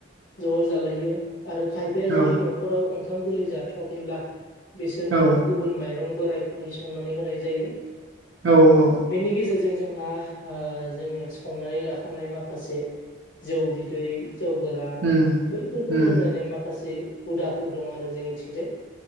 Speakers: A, on the left; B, on the right.
A: ज' जालायो आरो खायफाया
B: औ
A: जुदि न' न'खराव ओंखाम गोरलै जाथ'वाखैब्ला बिसोरनो
B: औ
A: गुब गुबुन माइरं बोरायखौहाय संनानै होनाय जायो।
B: औ औ।
A: बेनि गेजेरजों जोंहा जोंङो संनानै लाखानाय माखासे जौ बिदै जौ गोरान
B: उम
A: बैफोरखौ
B: उम
A: लोंलायनाय माखासे हुदाफोर दंङ आरो जोंनि थिंजाय